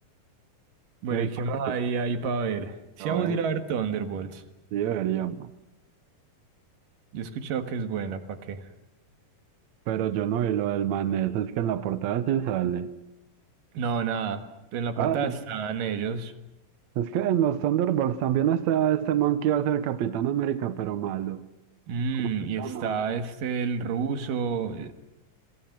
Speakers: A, on the right; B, on the right.
A: Bueno,
B: Ey,
A: ¿y qué
B: pero,
A: más hay ahí para ver? Si
B: pero,
A: vamos a ir
B: eh,
A: a ver Thunderbolts.
B: sí deberíamos.
A: Yo he escuchado que es buena, ¿para qué?
B: Pero yo no vi lo del manés, es que en la portada sí sale.
A: No, nada. En la
B: Ah,
A: portada están ellos.
B: es, es que en los Thunderbolts también está este man que iba a ser Capitán América, pero malo.
A: Mm,
B: Se
A: y está
B: llama.
A: este el ruso.